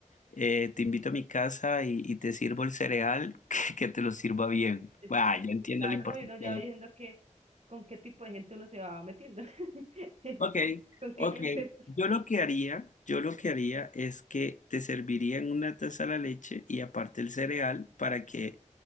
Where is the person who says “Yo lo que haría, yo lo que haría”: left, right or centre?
Left